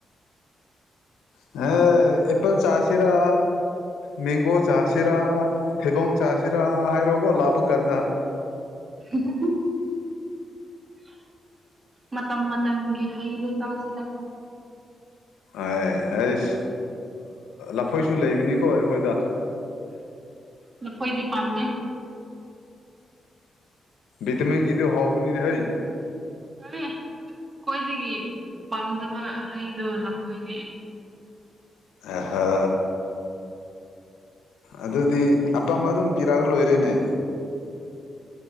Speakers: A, on the left (about 80°); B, on the right (about 40°).
A: ꯑ ꯏꯄ ꯆꯥꯁꯤꯔ ꯅꯤꯡꯅꯤꯒꯣ ꯆꯥꯁꯤꯔꯥ ꯊꯤꯕꯣꯡ ꯆꯥꯁꯤꯔꯥ ꯍꯥꯏꯔꯣꯒꯣ ꯂꯥꯄꯨ ꯀꯥꯟꯗ
B: ꯎ ꯃꯇꯝ ꯃꯇꯝꯒꯤ ꯍꯩꯕ ꯆꯥꯁꯤꯗ
A: ꯑꯦ ꯑꯩꯁ ꯂꯐꯣꯏꯁꯨ ꯂꯩꯕꯅꯤꯀꯣ ꯑꯩꯈꯣꯏꯗ
B: ꯂꯐꯣꯏꯏꯗꯤ ꯄꯥꯟꯗ
A: ꯤꯇꯝꯤꯟ ꯒꯤꯗꯨ ꯍꯥꯎꯕꯅꯤ ꯍꯩ
B: ꯎꯝ ꯈ꯭ꯋꯥꯏꯗꯒꯤ ꯄꯥꯝꯗꯕ ꯍꯩꯗꯣ ꯂꯐꯣꯏꯅꯦ ꯑꯩ
A: ꯑꯍ ꯑꯗꯨꯗꯤ ꯑꯄꯥꯝꯕ ꯑꯗꯨꯝ ꯄꯤ ꯀꯔꯒ ꯂꯣꯏꯔꯦꯅꯦ